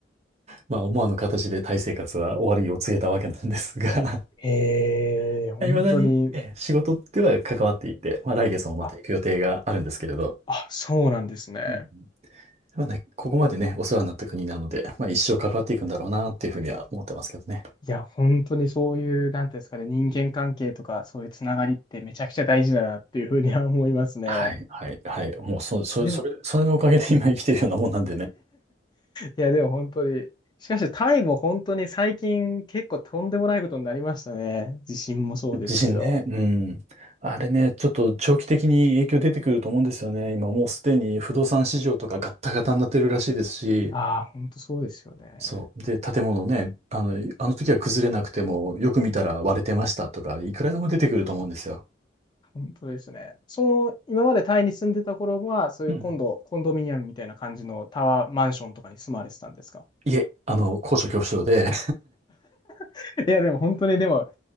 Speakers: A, on the right; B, on the left.
A: まあ、思わぬ形でタイ生活は終わりを告げたわけなんですが、
B: ええ、
A: <laughs>
B: 本当に、
A: いまだにええ仕事では関わっていて、まあ、来月もまた行く予定があるんですけれど、
B: あ、あ、そうなんですね。
A: うんうんまあね、ここまでね、お世話になった国なので、まあ一生関わっていくんだろうなっていうふうには思ってますけどね。
B: いや、本当にそういう、なんていうんですかね、人間関係とか、そういうつながりってめちゃくちゃ大事だなっていうふうには思いますね。
A: はい、はい、はい。もうそ、そ、
B: でも、
A: それ、それのおかげで今生きてるようなもんなんでね。
B: いや、でも本当に。しかし、タイも本当に最近結構とんでもないことになりましたね。地震もそうですけど。
A: 地震ね、うん。あれね、ちょっと長期的に影響出てくると思うんですよね。今もうすでに不動産市場とかガッタガタになってるらしいですし、
B: ああ、本当そうですよね。
A: そう。で、建物ね、あの、あの時は崩れなくても、よく見たら割れてましたとか、いくらでも出てくると思うんですよ。
B: 本当ですね。その、今までタイに住んでた頃は、そういう今度、
A: うん。
B: コンドミニアムみたいな感じのタワーマンションとかに住まわれてたんですか
A: いえ、あの、高所恐怖症で、
B: <laughs> いや、でも本当に、でも、